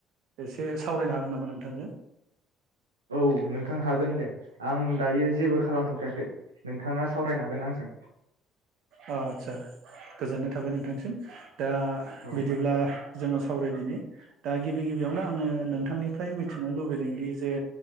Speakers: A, on the right (about 55°); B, on the right (about 80°).
A: एसे सावरायनो हागोन नामा नों नोंथांजों?
B: औ नोंथां हागोन दे आं दायो जेबो खालामथ'खायाखै नोंथाङा सावरायनो हागोन आंजों।
A: अ आदसा गोजोननाय थाबाय नोंथांनिसिम। दा
B: औ
A: बिदिब्ला जोङो सावरायदिनि। दा गिबि गिबियावनो आङो नोंथांनिफ्राय मिथिनो लुबैदोंदि जे